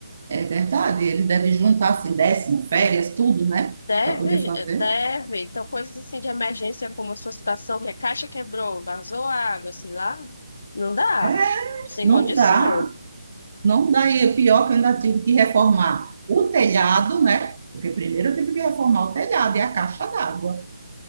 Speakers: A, on the right; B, on the left.
A: É verdade. eles devem juntar assim, décimo, férias, tudo, né?
B: Deve,
A: Para poder fazer.
B: deve. Então, coisas assim de emergência, como a sua situação, que a caixa quebrou, vazou água, sei lá, não dá.
A: É,
B: Sem
A: não
B: condição.
A: dá. Não, daí é pior que eu ainda tive que reformar o telhado, né? Porque primeiro eu tive que reformar o telhado e a caixa d'água,